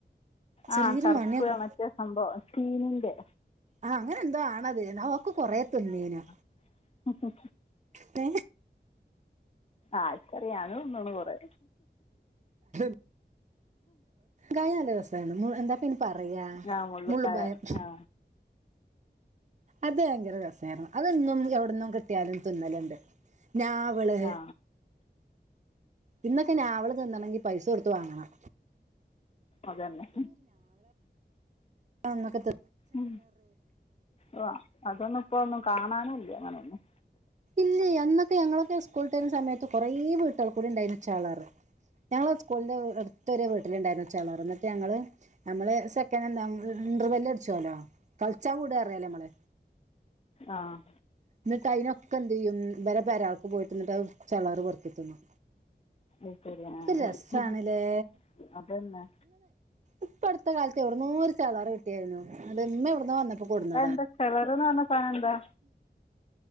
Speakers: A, on the right; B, on the left.
A: ചെറിയൊരു
B: ആഹ് കറുപ്പ്
A: മണിയൊക്കെ
B: മറ്റേ സംഭവം ചീനിന്റെ
A: ആഹ് അങ്ങനെന്തോ ആണത് ഞാനതൊക്കെ കൊറെ തിന്നേനു
B: അ അ
A: തെ
B: ആർക്കറിയാ ഞാനും തിന്ന്ണ് കൊറേ
A: <unintelligible> കായം നല്ല രസാണ്. എന്താ പയ്ന് പറയാ
B: ആ മുള്ളിക്കായ
A: മുള്ളും പയം.
B: ആ
A: അത് ഭയങ്കര രസമായിരുന്നു അതൊന്നും എവിടന്നും കിട്ട്യാലും തിന്നലുണ്ട് ഞാവള്
B: ആ
A: ഇന്നൊക്കെ ഞാവള് തിന്നണെങ്കിൽ പൈസ കൊടുത്ത് വാങ്ങണം
B: അതെന്നെ.
A: ആഹ് ഒന്നൊക്കെ ത്
B: ഉം ഓ അതൊന്നും ഇപ്പൊ ഒന്നും കാണാനുല്ല അങ്ങനൊന്നും
A: ഇല്ല അന്നൊക്കെ ഞങ്ങളൊക്കെ സ്കൂളിട്ട് വരുന്ന സമയത്ത് കുറെേ വീട്ടൾ കൂടെ ഉണ്ടായിരുന്നു ചെളറ് ഞങ്ങളെ സ്കൂളിന്റെ എടുത്തൊരു വീട്ടിലുണ്ടായിരുന്നു ചെളറ് എന്നിട്ട് ഞങ്ങള് നമ്മള് സെക്കനാന്റ് ഇന്റർ വെല്ല് അടിച്ചോല്ലോ കളിച്ചാൻ വിടറിയല്ലേ നമ്മള്
B: ആഹ്
A: ഇന്നിട്ട് അയിനൊക്കെ എന്ത് ചെയ്യും ഇവരെ പെരാൾക്ക് പോയിട്ടിന്നിട്ട് ചെളറ് പെറുക്കിത്തിന്നും
B: ഐശെരി, ആഹ്
A: രസാണ്ല്ലേ
B: അതെന്നാ
A: ഇപ്പട്ത്ത കാൽത്ത് എവ്ട്ന്നോ ഒര് ചെളാറ് കിട്ടിയാര്ന്നു. അത് മ്മ എവിട്ന്നോ വന്നപ്പോ കൊട്ന്നാ
B: അതെന്താ ചെളർ ന്ന് പർഞ്ഞ സാനെന്താ?